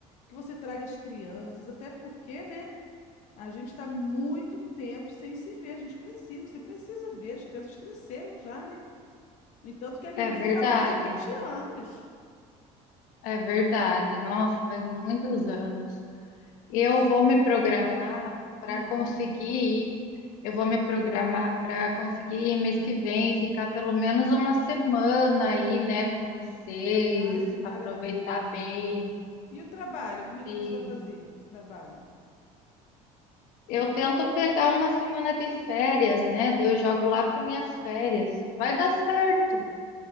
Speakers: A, on the left; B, on the left.
A: que você traga as crianças, até porque, né? A gente está muito tempo sem se ver. A gente precisa, você precisa ver. As crianças cresceram já, né? No entanto, que a Bibi
B: é verdade.
A: vai fazer vinte anos.
B: É verdade. Nossa, faz muitos anos.
A: E
B: Eu
A: você.
B: vou me programar
A: Hum,
B: para
A: hum.
B: conseguir ir. Eu vou me programar para conseguir ir mês que vem, ficar pelo menos uma semana aí, né, com vocês,
A: Ai, que maravilha.
B: aproveitar bem.
A: E o trabalho? Como é que
B: E
A: você vai fazer? Trabalho.
B: eu tento pegar uma semana de férias, né? Daí eu jogo lá para minhas férias. Vai dar certo.